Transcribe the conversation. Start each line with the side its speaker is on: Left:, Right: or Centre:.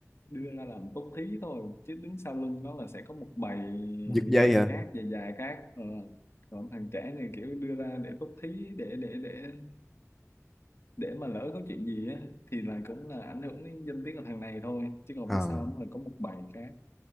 Left: đưa ra làm tốt thí thôi chứ đứng sau lưng nó là sẽ có một bầy
Centre: Giật dây hả?
Left: khác dài dài khác ờ. còn thằng trẻ này kiểu đưa ra để tốt thí để để để để mà lỡ có chuyện gì á thì là cũng là ảnh hưởng đến danh tiếng của thằng này thôi chứ còn
Centre: À,
Left: phía sau nó là có một bầy khác